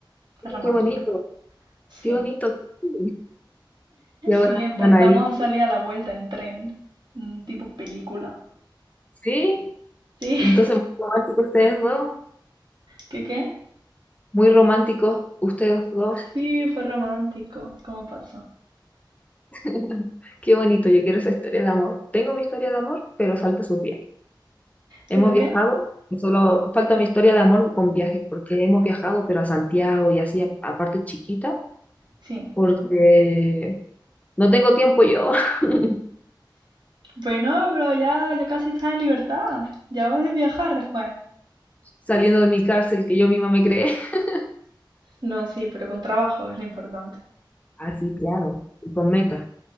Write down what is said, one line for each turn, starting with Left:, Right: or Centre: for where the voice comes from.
Left: Sí,
Right: es romántico,
Left: Qué bonito,
Right: sí.
Left: qué bonito. sí. Y ahora
Right: Sí, empezamos
Left: van ahí.
Right: a salir a la vuelta en tren, un tipo película.
Left: Sí,
Right: Sí,
Left: entonces muy románticos ustedes dos,
Right: <laughs> ¿qué qué?
Left: muy románticos ustedes dos.
Right: Sí, fue romántico, ¿cómo pasó?
Left: <laughs> Qué bonito, yo quiero esa historia de amor. Tengo mi historia de amor, pero falta sus viajes. Hemos
Right: ¿Pero
Left: viajado,
Right: qué?
Left: no solo falta mi historia de amor con viajes, porque hemos viajado, pero a Santiago y así, a, a partes chiquitas,
Right: Sí.
Left: porque no tengo tiempo yo. <laughs>
Right: Pues no, pero ya, ya casi estás en libertad, ya vas a viajar después.
Left: saliendo de mi cárcel que yo misma me creé. <laughs>
Right: No, sí, pero con trabajo es lo importante.
Left: Así, claro, y con meta.